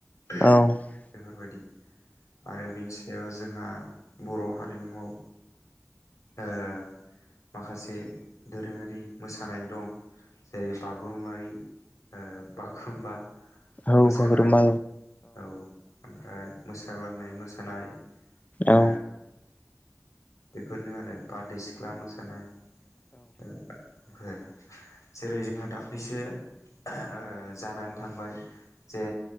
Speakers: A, on the left; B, on the left.
A: बेफोरबायदि
B: औ
A: आरो बिनि सायाव जोंहा बर' हारिमुआव ओ माखासे दोरोंङारि मोसानाय दं जेरै बागुरुममारि ओ बागुरुम्बा
B: औ
A: मोसानाय
B: बागुरुम्बा
A: औ ओमफ्राय मोसाग्लांनाय मोसानाय ओ
B: औ
A: बेफोरनो आरो बारदै सिख्ला मोसानाय ओ बेफोर जेरै जोंहा दाख्लैसो ओ जानानै थांबाय जे